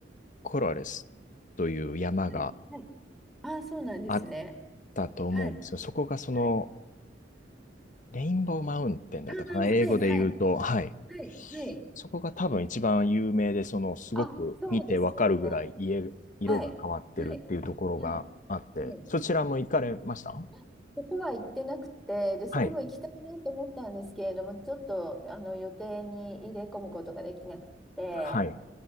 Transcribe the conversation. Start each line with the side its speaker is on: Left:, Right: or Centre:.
Left: コロレスという山が
Centre: はい、はい。ああ、そうなんですね。
Left: あったと思うんですよ。
Centre: はい、
Left: そこがその、
Centre: はい。
Left: レインボーマウンテンだったかな、
Centre: ああ、はい、
Left: 英語で言うと、
Centre: はい、
Left: はい。
Centre: はい、はい。
Left: そこが多分一番有名で、その、すごく見てわかるぐらい家、
Centre: あ、そうですよね。
Left: 色が変わってるっていうところがあって、
Centre: はい。はい。はい。はい。
Left: そちらも行かれました
Centre: うんそこは行ってなくて、で、そこも行きたいなと思ったんですけれども、
Left: はい。
Centre: ちょっとあの予定に入れ込むことができなくて、
Left: はい。